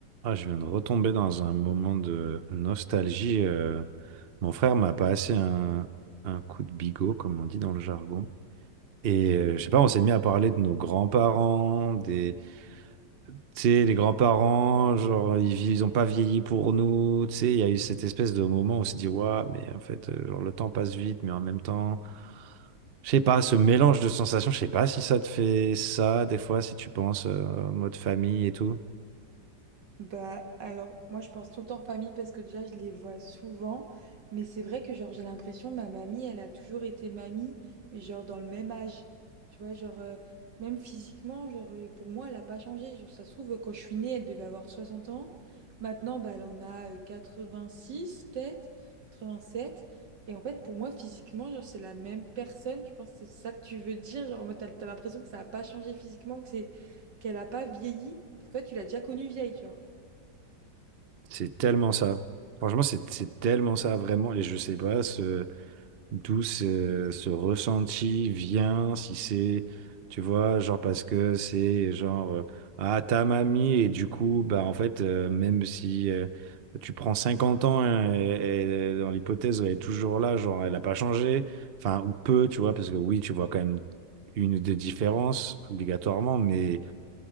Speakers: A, on the right; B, on the right.
A: Ah, je viens de retomber dans un moment de nostalgie. euh, Mon frère m'a passé un, un coup de bigot, comme on dit dans le jargon. Et euh, je sais pas, on s'est mis à parler de nos grands-parents, des, tu sais, les grands-parents, genre, ils, vi- ils ont pas vieilli pour nous, tu sais, il y a eu cette espèce de moment où on s'est dit, waouh, mais en fait, euh, genre, le temps passe vite, mais en même temps, je sais pas, ce mélange de sensations, je sais pas si ça te fait ça, des fois, si tu penses euh, en mode famille et tout.
B: Bah alors moi je pense tout le temps famille parce que déjà je les vois souvent mais c'est vrai que genre j'ai l'impression ma mamie elle a toujours été mamie mais genre dans le même âge tu vois genre euh, même physiquement genre euh, pour moi elle a pas changé genre ça se trouve quand je suis née elle devait avoir soixante ans maintenant bah elle en a euh, six peut-être quatre vingt sept et en fait pour moi physiquement genre c'est la même personne je pense que c'est ça que tu veux dire genre en mode, t'as t'as l'impression que ça a pas changé physiquement que c'est qu'elle a pas vieilli parce que ouais, tu l'as déjà connue vieille genre
A: C'est tellement ça. Franchement, c'est c'est tellement ça, vraiment. Et je sais pas ce, d'où ce, ce ressenti vient, si c'est, tu vois, genre parce que c'est genre, euh, ah, ta mamie, et du coup, bah, en fait, euh, même si euh, tu prends 50 ans, hein, et, et euh, dans l'hypothèse, où elle est toujours là, genre, elle n'a pas changé, enfin, ou peu, tu vois, parce que oui, tu vois quand même une ou deux différences, obligatoirement, mais.